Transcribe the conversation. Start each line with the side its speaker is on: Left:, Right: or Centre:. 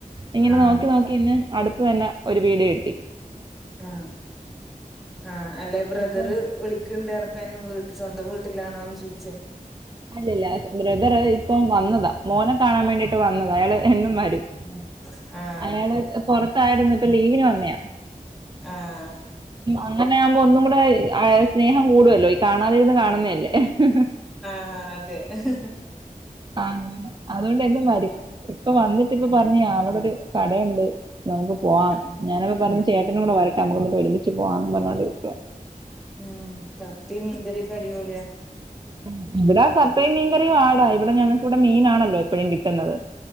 Right: ഇങ്ങനെ
Centre: ആഹ്
Right: നോക്കി നോക്കി ഇന്ന് അടുത്തുതന്നെ ഒരു വീട് കിട്ട്
Centre: ആ ആ അല്ലെ ബ്രദറ്
Right: അപ്പം
Centre: വിളിക്ക് <unintelligible> വീട്ട് സ്വന്തം വീട്ടിലാണോന്ന് ചോദിച്ചേ
Right: അല്ലല്ല ബ്രദറ് ഇപ്പം വന്നതാ മോന കാണാൻ വേണ്ടിട്ട് വന്നത് അയാള് എന്നും മരും
Centre: ഉം ആഹ്
Right: അയാള് പുറത്തായിരുന്നു ഇപ്പ ലീവ <unintelligible>
Centre: ആഹ്
Right: അങ്ങനെ ആവുമ്പോ ഒന്നും കൂടെ ഇഹ് ആഹ് സ്നേഹം കൂടുല്ലോ ഈ കാണാതിരുന്ന് കാണുന്നേ അല്ലേ എഹ് ഹ് ഹ്
Centre: ആ അതെ എഹ് ഹ് ഹ്..
Right: ആ അങ്ങനെ അതുകൊണ്ട് എന്നും
Centre: ഉം
Right: വരും ഇപ്പൊ വന്നിട്ട് ഇപ്പ
Centre: ആഹ്
Right: പറഞ്ഞ് അവിടെ ഒരു കടയുണ്ട് നമുക്ക് പോവാം,
Centre: ഉം
Right: ഞാനപ്പ പറഞ്ഞ് ചേട്ടനും കൂടെ വരട്ടെ നമുക്ക്ന്നിട്ട് ഒരുമിച്ച് പോവാന്ന് പറഞ്ഞോണ്ട് <inaudible>
Centre: ഉം കപ്പിംമീങ്കറിക്കെ അടിപോളിയാ
Right: മ്.. ഇവിടാ കപ്പയും മീൻകറിയും ആടാ ഇവിടെ ഞങ് കുടെ മീനാണല്ലോ എപ്പഴും കിട്ടുന്നത്